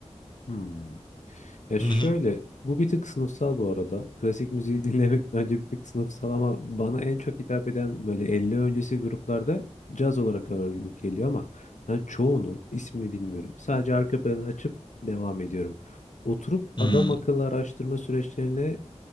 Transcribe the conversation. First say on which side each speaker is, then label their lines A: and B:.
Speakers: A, on the left; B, on the left.
A: Hmm. Ya şöyle
B: Hı hı.
A: bu bir tık sınıfsal bu arada. Klasik müziği <laughs> dinlemek bence bir tık sınıfsal ama bana en çok hitap eden böyle 50 öncesi gruplarda caz olarak ağırlık geliyor ama ben çoğunun ismini bilmiyorum. Sadece arka planı açıp devam ediyorum. Oturup
B: Hmm,
A: adam akıllı araştırma süreçlerine